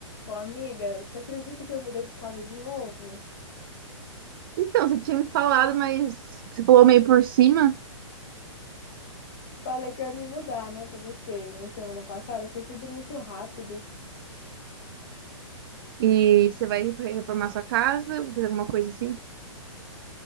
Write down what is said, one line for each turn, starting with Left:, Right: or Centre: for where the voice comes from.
Left: Ô, amiga, você acredita que eu mudei de casa de novo?
Right: Então, você tinha me falado, mas você falou meio por cima
Left: Falei que eu ia me mudar, né, pra você na semana passada. Foi tudo muito rápido.
Right: e você vai re- reformar sua casa, vou fazer alguma coisa assim.